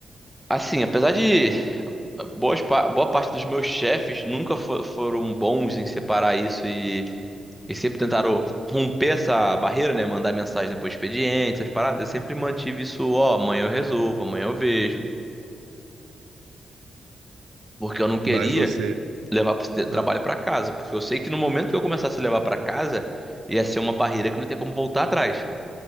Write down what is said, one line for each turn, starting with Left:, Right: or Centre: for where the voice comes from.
Centre: Assim, apesar de boas, pa- boa parte dos meus chefes nunca fo- foram bons em separar isso E sempre tentaram romper essa barreira, né? Mandar mensagem depois do expediente, essas paradas. Eu sempre mantive isso, ó, amanhã eu resolvo, amanhã eu vejo. Porque eu não queria
Right: Mas você,
Centre: levar esse te- trabalho
Right: ah,
Centre: pra casa. Porque eu sei que no momento que eu começasse a levar pra casa, ia ser uma barreira que não tem como voltar atrás.